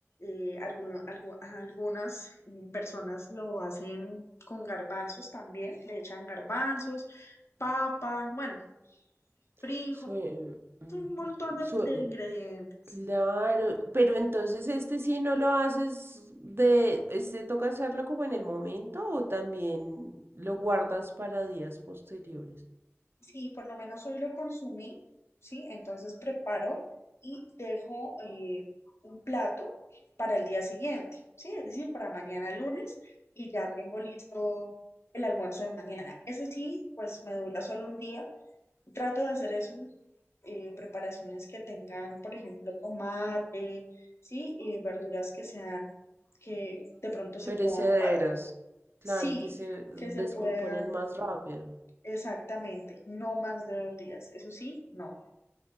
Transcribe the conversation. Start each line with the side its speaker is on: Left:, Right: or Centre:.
Left: eh, alguno- algu- algunas eh, personas lo hacen con garbanzos también, le echan garbanzos, papa, bueno,
Right: <laughs>
Left: frijol,
Right: Sue- ujú,
Left: un montón de,
Right: sue-
Left: de ingredientes.
Right: claro, pero entonces este sí no lo haces de, este toca hacerlo como en el momento o también lo guardas para días posteriores.
Left: Sí, por lo menos hoy lo consumí, ¿sí? Entonces preparo y dejo eh, un plato para el día siguiente, ¿sí? Es decir, para mañana lunes y ya tengo listo el almuerzo de mañana. Eso sí, pues me dura solo un día. Trato de hacer eso, eh, preparaciones que tengan, por ejemplo, tomate, ¿sí? Eh, verduras que sean, que de pronto se
Right: Perecederas.
Left: puedan, fa-
Right: Claro
Left: Sí,
Right: que se descomponen
Left: que se puedan,
Right: más rápido. O
Left: exactamente, no más de dos días. Eso sí, no.